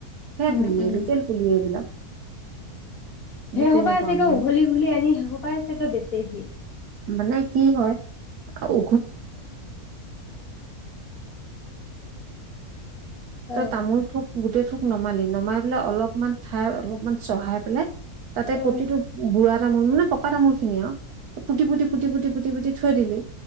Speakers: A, on the right; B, on the left.
A: হে
B: উম
A: পুলিয়
B: উম
A: লোকেল পুলি এইবিলাক
B: সেই
A: তেনেকুৱা
B: সপাই আ চগে
A: মানে
B: উঘলি উঘলি আনি সেই সপাই চগে বেচি সি
A: মানে কি হয় আও ত
B: অ
A: তামোল থোক গোটেই থোক নমালি নমাই পেলাই অলপমান ঠাই অলপমান চহাই পেলাই। তাতে প্ৰতিটো
B: অ
A: বুঢ়া তামোল নে পকা তামোলখিনি আৰু পুতি পুতি পুতি পুতি পুতি পুতি থৈ দিলি।